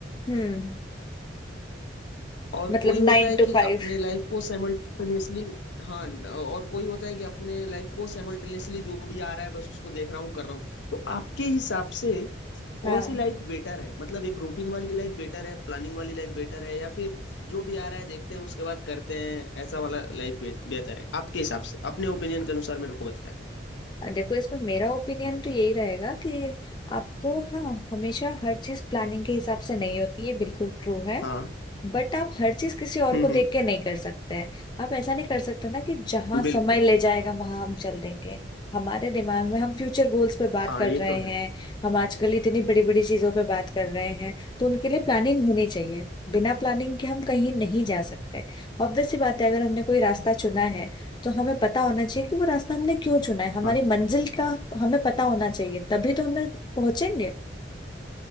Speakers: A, on the left; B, on the left.
A: हम्म
B: और
A: मतलब
B: कोई होता
A: नाइन
B: है
A: टू
B: कि
A: फाइव
B: अपने लाइफ को साइमल्टेनियसली हाँ न- और कोई होता है कि अपने लाइफ को साइमल्टेनियसली जो भी आ रहा है बस उसको देख रहा हूँ कर रहा हूँ तो आपके हिसाब से कौन
A: हाँ
B: सी लाइफ बेटर है मतलब एक रूटीन वाली लाइफ बेटर है प्लानिंग वाली लाइफ बेटर है या फिर जो भी आ रहा है देखते हैं उसके बाद करते हैं ऐसा वाला लाइफ बेहतर है आपके हिसाब से अपने ओपिनियन के अनुसार मेरे को बताएं
A: देखो इसमें मेरा ओपिनियन तो यही रहेगा कि आपको हाँ हमेशा हर चीज प्लानिंग के हिसाब से नहीं होती है बिल्कुल ट्रू है
B: हाँ
A: बट आप हर चीज किसी और
B: हम्म
A: को देख
B: हम्म
A: के नहीं कर सकते हैं आप ऐसा नहीं कर सकते ना कि जहां
B: बिल्कुल
A: समय ले जाएगा वहां हम चल देंगे हमारे दिमाग में हम फ्यूचर गोल्स पे बात
B: हाँ
A: कर
B: ये
A: रहे
B: तो
A: हैं
B: है
A: हम आजकल इतनी बड़ी बड़ी चीजों पे बात कर रहे हैं तो उनके लिए प्लानिंग होनी चाहिए बिना प्लानिंग के हम कहीं नहीं जा सकते ऑब्वियस सी बात है अगर हमने कोई रास्ता चुना है तो हमें पता होना चाहिए कि वो रास्ता हमने क्यों चुना है हमारी
B: हाँ
A: मंजिल का हमें पता होना चाहिए तभी तो हमें पहुंचेंगे